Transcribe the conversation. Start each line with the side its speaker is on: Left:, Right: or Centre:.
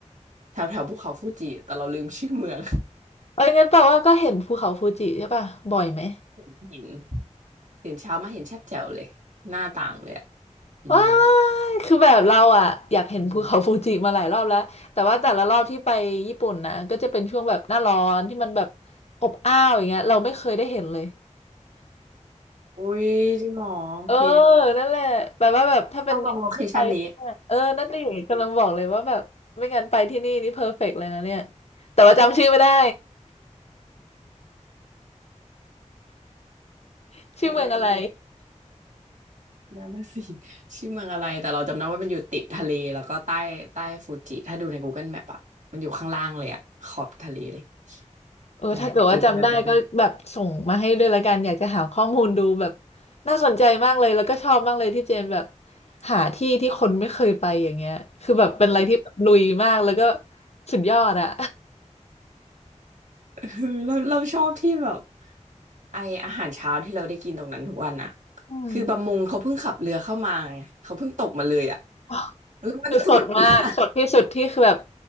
Right: แถวแถวภูเขาฟูจิแต่เราลืมชื่อเมือง
Left: เอ้ยงั้นแปลว่าก็เห็นภูเขาฟูจิใช่ป่ะบ่อยไหม
Right: <laughs> เห็นตื่นเช้ามาเห็นชัดแจ๋วเลยหน้าต่างเลยอะอืม
Left: ว้ายคือแบบเราอ่ะอยากเห็นภูเขาฟูจิมาหลายรอบแล้วแต่ว่าแต่ละรอบที่ไปญี่ปุ่นนะก็จะเป็นช่วงแบบหน้าร้อนที่มันแบบ
Right: อืม
Left: อบอ้าวอย่างเงี้ยเราไม่เคยได้เห็นเลย
Right: อุ้ยจริงเหรอโอเค
Left: เออนั่นแหละแบบว่าแบบถ้าเป็นที่ไปที่เนี่ยเออนั่นดิกำลังบอกเลยว่าแบบไม่งั้นไปที่นี่นี่เพอร์เฟกต์เลยนะเนี่ย
Right: ต้องลองโลเคชั่นนี้
Left: แต่ว่าจำชื่อไม่ได้ <laughs> ชื่อเมืองอะไร
Right: เออนั่นน่ะสิ <laughs> ชื่อเมืองอะไรแต่เราจำได้ว่ามันอยู่ติดทะเลแล้วก็ใต้ใต้ฟูจิถ้าดูใน Google Map อะมันอยู่ข้างล่างเลยอะขอบทะเลเลย
Left: เออถ้าเกิดว่าจำได้ก็แบบส่งมาให้ด้วยละกันอยากจะหาข้อมูลดูแบบ
Right: ใช่คือเมืองนัน
Left: น่าสนใจมากเลยแล้วก็ชอบมากเลยที่เจนแบบหาที่ที่คนไม่เคยไปอย่างเงี้ยคือแบบเป็นอะไรที่แบบลุยมากแล้วก็สุดยอดอะ
Right: <laughs> เออเราเราชอบที่แบบไออาหารเช้าที่เราได้กินตรงนั้นทุกวันน่ะ
Left: <laughs> อืม
Right: คือประมงเขาเพิ่งขับเรือเข้ามาไงเขาเพิ่งตกมาเลยอ่ะ
Left: อ๋อ
Right: แล้วมันสดมาก
Left: คือสดมากสดที่สุดที่คือแบบ